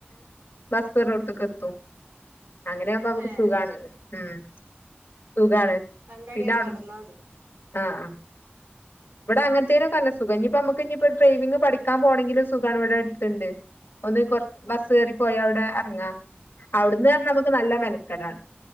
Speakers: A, on the left; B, on the right.
A: ബസ്കേറുണോട്ത്ത്ക്ക് എത്തും അങ്ങനെ ആവുമ്പോ നമുക്ക്
B: ഏഹ്
A: സുഖാണ് മ് സുഖാണ്
B: രണ്ടടി
A: പിന്നെ അവിടു
B: നടന്നാ മതി
A: ആ ആ ഇവിടെ അങ്ങനത്തേനൊ ക്കെ ന ല്ല സുഖം ഇനിയിപ്പ നമക്ക് ഇനിപ്പ ഡ്രൈവിംഗ പഠി ക്കാൻപോണെങ്കിലും സുഖമാണ് ഇവിടെഅടു <unintelligible> ഒന്ന് കൊ ർബസ് കേറി പോയഅവിടെ ഇറങ്ങാം അവിടന്ന്ന്ന് പറഞ്ഞാൽ നമുക്ക് നല്ല മെനക്കടാണ്